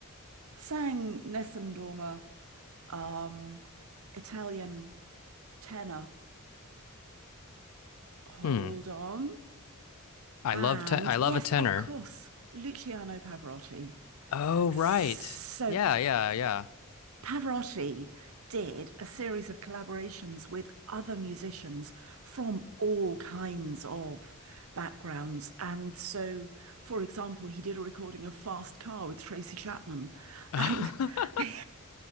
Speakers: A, on the right; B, on the left.
A: sang Nessun Dorma, um, Italian tenor. Hold
B: Hmm.
A: on.
B: I
A: And
B: love te- I love
A: yes,
B: a tenor.
A: of course, Luciano Pavarotti.
B: Oh,
A: So
B: right. Yeah, yeah,
A: Pavarotti did a series of collaborations with other musicians from all kinds of backgrounds. And so, for example, he did a recording of Fast Car with Tracy Chapman.
B: yeah.
A: And <laughs>
B: <laughs>
A: the,